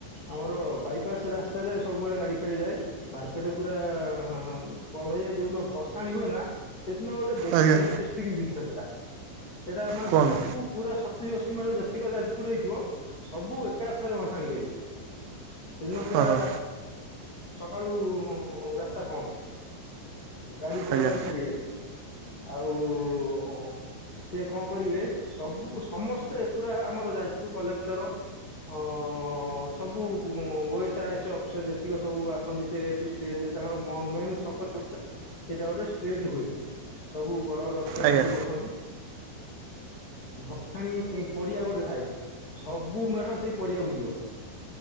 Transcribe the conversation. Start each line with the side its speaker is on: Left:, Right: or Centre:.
Left: ଆମର ବାଇପାସ୍ ରାସ୍ତାରେ ସବୁବେଳେ ଗାଡ଼ି ଫାଡ଼ିଯାଏ ମାର୍କ ସେଠି ପୁରା-ଆଁ ବନ୍ଦ ହେଇଯାଏ, ଯଉଁଦିନ ଭସାଣି ହୁଏ ନା, ସେଦିନ ଗୋଟେ ଦେଖିବା
Right: ଆଜ୍ଞା
Left: ଇଣ୍ଟରେଷ୍ଟ ସେତିକି ଜିନିଷ ସେଟା। ସେଇଟା ମାନେ
Right: କୁହନ୍ତୁ
Left: ସବୁ ପୁରା ସତୁରୀ ଅଶୀ ମେଢ ଯେତେକ ଯାଜପୁରରେ ହେଇଥିବ। ସବୁ ଏକାଥରେ ଭସାଣି କରିବେ। ସେଦିନ ପୁରା
Right: ହଁ ହଁ
Left: ସକାଳୁ-ଉଁ ରାସ୍ତା ବନ୍ଦ। ଗାଡ଼ି ବଡ଼
Right: ଆଜ୍ଞା
Left: ଗାଡ଼ି ଛାଡ଼ିବେନି। ଆଉ-ଉଁ ସିଏ କଣ କରିବେ? ସବୁ ସମସ୍ତେ ପୁରା ଆମର ଯାଜପୁର କଲେକ୍ଟର ହଁ-ଅଁ। ହଁ ସବୁ-ଉଁ ଓଏସ୍ ଆଇଏସ୍ ଅଫିସର ଯେତିକି ସବୁ ଆସନ୍ତି, ସେଏଠି ଷ୍ଟେଜ୍ ତାଙ୍କର ମ-ମେନ୍ ଛକ। ସେଇଟା ଗୋଟେ ଷ୍ଟେଜ୍ ହୁଏ। ସବୁ ବଡ଼ ବଡ଼ ଅଫସର
Right: ଆଜ୍ଞା
Left: ସେଠି ବସନ୍ତି। ଭାଥାଣୀ ପଡ଼ିଆ ଗୋଟେ ଥାଏ। ସବ୍ ବୁ ମେଢ ସେଇ ପଡ଼ିଆକୁ ଯିବ।